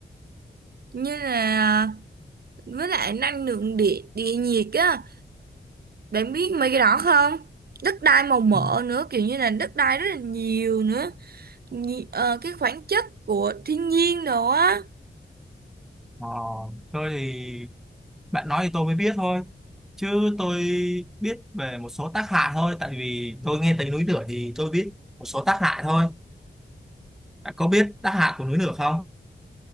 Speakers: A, on the right; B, in the centre.
A: như là với lại năng lượng địa địa nhiệt á bạn biết mấy cái đó không đất đai màu mỡ
B: Ừ.
A: nữa kiểu như là đất đai rất là nhiều nữa Nhi- ờ, cái khoáng chất của thiên nhiên đồ á
B: Ờ, tôi thì bạn nói thì tôi mới biết thôi chứ tôi biết về một số tác hại thôi tại vì tôi nghe tới núi lửa thì tôi biết một số tác hại thôi bạn có biết tác hại của núi lửa không